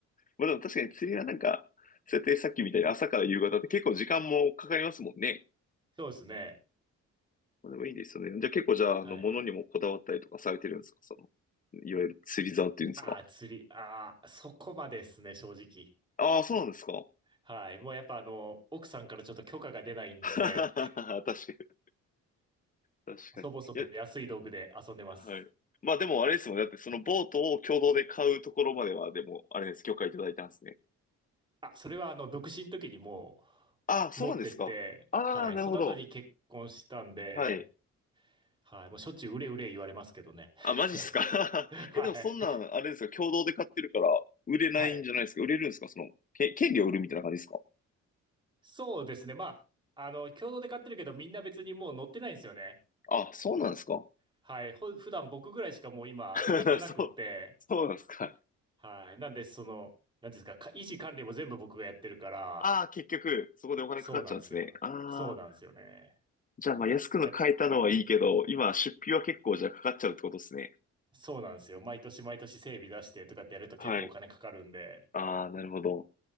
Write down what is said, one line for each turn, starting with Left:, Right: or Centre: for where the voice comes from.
Left: まあでも確かに釣りはなんか、設定さっきみたいに朝から夕方って結構時間もかかりますもんね。
Right: そうですね。
Left: まあ、でもいいですよね。じゃあ結構じゃあ、
Right: はい。
Left: あの、物にもこだわったりとかされてるんですかその、いわゆる釣り竿っていうんですか
Right: ああ、釣り、ああ、そこまでですね、正直。
Left: ああ、そうなんですか
Right: はい。もうやっぱあの、奥さんからちょっと許可が出ないんで、
Left: <laughs> 確かに、
Right: <laughs>
Left: 確かに。
Right: 細々と安い道具で遊んでます。
Left: いや、はい。まあでもあれですもんね。だってそのボートを共同で買うところまでは、でも、あれです。許可いただいたんですね。
Right: あ、それはあの、独身の時にも
Left: ああ、そうなんですか。
Right: う持ってって、
Left: ああ、
Right: はい。
Left: なるほど。
Right: その後に結婚したんで、
Left: はい。
Right: はい。もうしょっちゅううれうれ言われますけどね。
Left: あ、マジっすか
Right: <laughs>
Left: <laughs>
Right: はい。
Left: え、でもそんなん、あれですか、共同で買ってるから、売れないんじゃないですか売れるんですかその、
Right: はい。
Left: け、権利を売るみたいな感じですか
Right: そうですね。まあ、あの、共同で買ってるけど、みんな別にもう乗ってないんですよね。
Left: あ、そうなんですか
Right: はい。ほ、普段僕ぐらいしかもう今使ってなくって、
Left: <laughs> そう、そうなんですか。
Right: はい。なんで、その、なんていうんですか、か維持管理も全部僕がやってるから、
Left: ああ、結局、そこでお金かかっちゃうんですね。
Right: そうなんですよ。
Left: ああ、
Right: そうなんですよね。
Left: じゃあ、まあ、安くの買えたのはいいけど、
Right: だ
Left: 今、出費は結構じゃあかかっちゃうってことですね。
Right: そうなんですよ。毎年毎年整備出してとかってやると結構お金かかるんで。
Left: はい。ああ、なるほど。